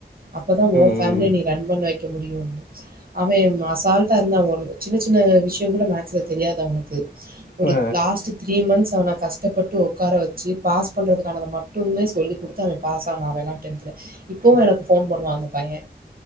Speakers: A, on the right; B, on the left.
A: அப்பதா ஓ
B: ம்
A: ஃபேமிலிய
B: ம்
A: நீ ரன் பண்ண வைக்க முடியும் அவே அசால்ட்டா இருந்தா ஒ சின்ன சின்ன விஷயம் கூட ம சுல தெரியாது அவனுக் கு ஒரு
B: ஆ
A: லாஸ்ட் த்ரீ மந்த்ஸ் அவன கஷ் ட்டப்பட்டு உட்கார வச்சு பாஸ் பண்றதுக்கானது மட்டுமே சொல்லிக் கொடுத்து அவன் பாஸ் ஆனா அவேலா டென்த்ல இப்போவு எனக்கு ஃபோன் பண்ணுவா அந்த பையே